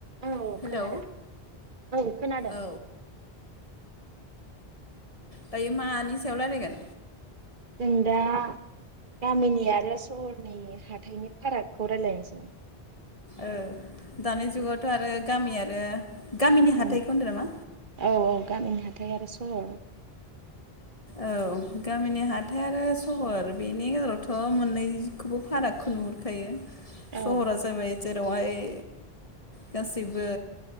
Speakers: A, on the right (about 55°); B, on the left (about 35°).
A: औ
B: हेलौ
A: खोनादों औ खोनादों।
B: औ दायो मानि सायाव रायलायगोन?
A: जों दा गामिनि आरो सहरनि हाथाइनि फारागखौ रायलायनोसै।
B: ओ दानि जुगावथ' आरो गामि आरो गामिनि हाथाइखौ
A: औ
B: होनदों नामा
A: औ औ गामिनि हाथ थाय आरो सहर
B: औ गामिनि हाथाय आरो सहर बेनि गेजेरावथ' मोननैखौबो फारागखौ नुहुरखायो। सहरा
A: औ
B: जाबाय जेरावहाय ए गासैबो